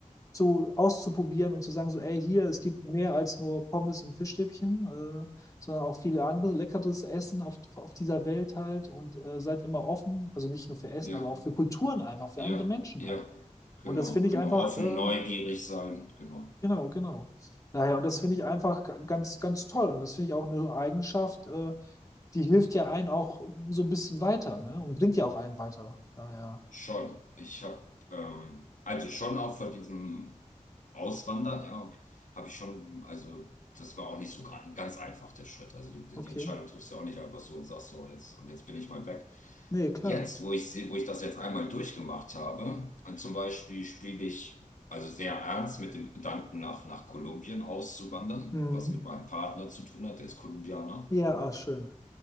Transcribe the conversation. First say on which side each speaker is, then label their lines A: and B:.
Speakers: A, on the left (about 25°); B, on the left (about 75°).
A: so auszuprobieren und zu sagen, so, ey, hier, es gibt mehr als nur Pommes und Fischstäbchen, äh, sondern auch viele andere leckeres Essen auf, auf dieser Welt halt und äh, seid immer offen, also nicht nur für Essen,
B: Ja,
A: aber auch für Kulturen einfach, für
B: ja,
A: andere Menschen
B: ja,
A: halt.
B: genau,
A: Und das finde
B: genau.
A: ich einfach,
B: Offen,
A: äh,
B: neugierig sein, genau.
A: genau, genau. Daher, und das finde ich einfach ga- ganz, ganz toll. Und das finde ich auch eine Eigenschaft, äh, die hilft ja einen auch so ein bisschen weiter, ne? Und bringt ja auch einen weiter. Daher,
B: Schon. Ich habe, ähm, also schon auch vor diesem Auswandern, ja, habe ich schon, also das war auch nicht so ga- ganz einfach, der Schritt. Also die,
A: okay.
B: die Entscheidung triffst du ja auch nicht einfach so und sagst so, jetzt, und jetzt bin ich mal weg.
A: Nee,
B: Jetzt,
A: klar.
B: wo ich sehe, wo ich das jetzt einmal durchgemacht habe, und zum Beispiel spiele ich also sehr ernst mit dem Gedanken, nach, nach Kolumbien auszuwandern,
A: Mhm.
B: was mit meinem Partner zu tun hat, der ist Kolumbianer.
A: Ja, auch schön.